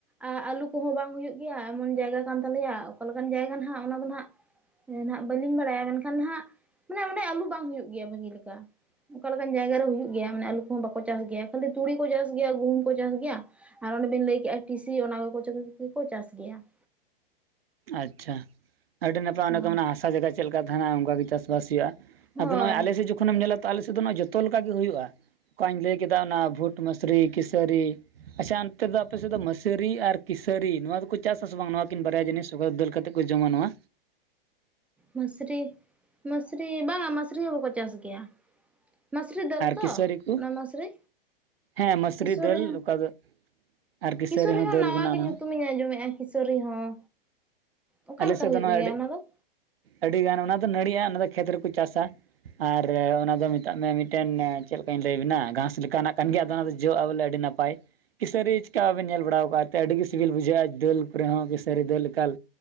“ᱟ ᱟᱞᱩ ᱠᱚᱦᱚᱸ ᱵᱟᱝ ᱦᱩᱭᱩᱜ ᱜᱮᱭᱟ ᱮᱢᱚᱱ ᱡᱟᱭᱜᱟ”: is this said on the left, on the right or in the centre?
Centre